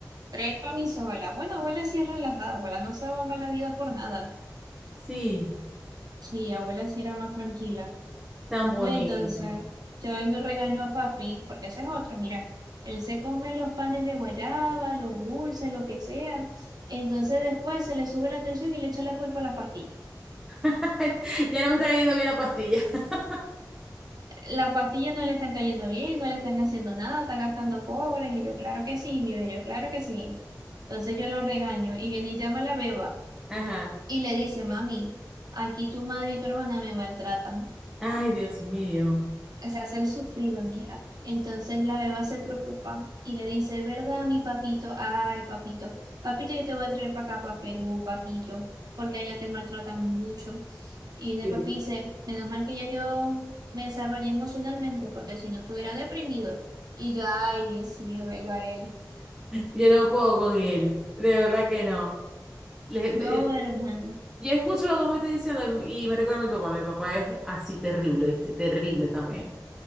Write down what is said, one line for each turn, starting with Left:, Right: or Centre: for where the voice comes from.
Right: Tres para mi sola. Bueno, abuela sí es relajada, abuela no se abamba la vida por nada.
Centre: Sí,
Right: Sí, abuela sí era más tranquila.
Centre: tan bonita.
Right: No, entonces, yo vengo y regaño a papi, porque esa es otra, mira, él se come los panes de guayaba, los dulces, lo que sea, entonces después se le sube la tensión y le echa la culpa a las pastillas.
Centre: <laughs> Ya no me está cayendo bien la pastilla. <laughs>
Right: Las pastillas no le están cayendo bien, no le están haciendo nada, están gastando cobres, y yo, claro que sí, mira, yo, claro que sí. Entonces yo lo regaño, y viene y llama a la beba,
Centre: Ajá.
Right: y le dice, mami, aquí tu madre y tu hermana me maltratan.
Centre: Ay, Dios mío.
Right: o sea, hacer sufrido en mi Entonces la beba se preocupa y le dice, ¿verdad, mi papito? Ay, papito, papito, yo te voy a traer para acá, para Perú, papito, porque allá te maltratan mucho. Y de
Centre: Sí.
Right: papi dice, menos mal que ya yo me desarrollé emocionalmente, porque si no estuviera deprimido. Y yo, ay, Dios mío, velo a él.
Centre: Yo no puedo con él. De verdad que no. Le-
Right: No,
Centre: me- eh,
Right: hermano,
Centre: yo escucho lo que me está diciendo y me recuerda a mi papá. Mi papá es así terrible, ¿viste? Terrible también.